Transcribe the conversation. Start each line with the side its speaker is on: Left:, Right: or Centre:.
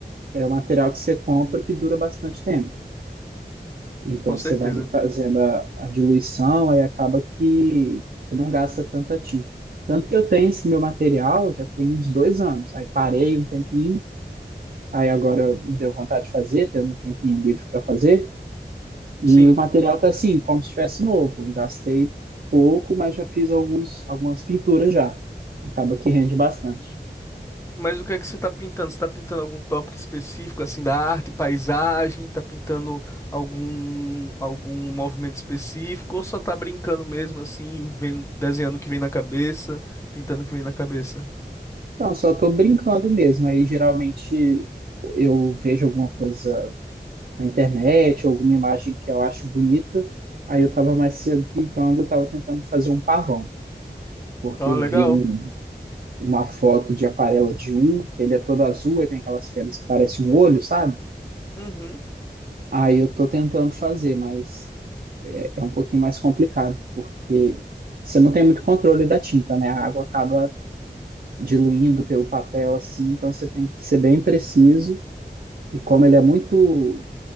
Right: É um material que você compra que dura bastante tempo. Então
Left: Com
Right: você
Left: certeza.
Right: vai ali fazendo a, a diluição, aí acaba que, que não gasta tanta tinta. Tanto que eu tenho esse meu material já tem uns dois anos. Aí parei um tempinho, aí agora me deu vontade de fazer, tendo um tempinho livre para fazer. E
Left: Sim.
Right: o material tá assim, como se estivesse novo. Gastei pouco, mas já fiz alguns, algumas pinturas já. Acaba que rende bastante.
Left: Mas o que é que você está pintando? Você está pintando algum tópico específico, assim, da arte, paisagem? Está pintando algum algum movimento específico? Ou só está brincando mesmo, assim, vendo, desenhando o que vem na cabeça, pintando o que vem na cabeça?
Right: Então, só estou brincando mesmo. Aí geralmente eu vejo alguma coisa na internet, ou alguma imagem que eu acho bonita. Aí eu estava mais cedo pintando, eu estava tentando fazer um pavão, porque
Left: Ah,
Right: eu
Left: legal.
Right: vi um- uma foto de aquarela de um, que ele é todo azul e tem aquelas penas que parecem um olho, sabe?
Left: Uhum.
Right: Aí eu estou tentando fazer, mas é, é um pouquinho mais complicado, porque você não tem muito controle da tinta, né? A água acaba diluindo pelo papel assim, então você tem que ser bem preciso. E como ele é muito